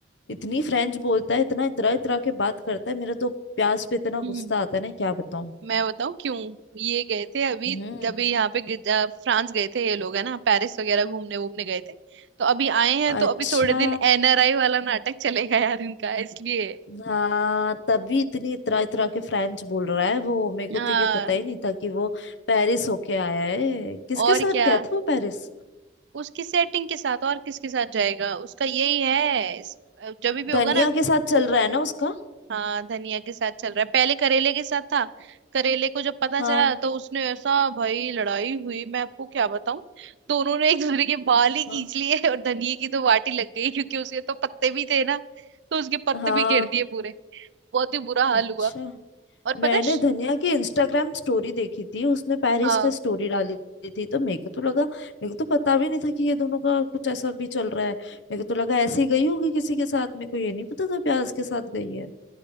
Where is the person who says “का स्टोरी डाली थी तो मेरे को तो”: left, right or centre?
Left